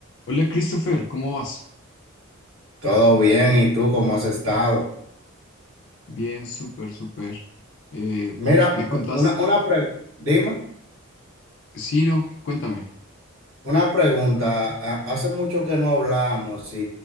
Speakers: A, on the left (about 60°); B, on the right (about 70°).
A: Hola Christopher, ¿cómo vas?
B: Todo bien, ¿y tú cómo has estado?
A: Bien, súper, súper. Eh,
B: Mira,
A: ¿me contás?
B: una, una pre- dime.
A: Sí, no, cuéntame.
B: Una pregunta, ha- hace mucho que no hablamos y,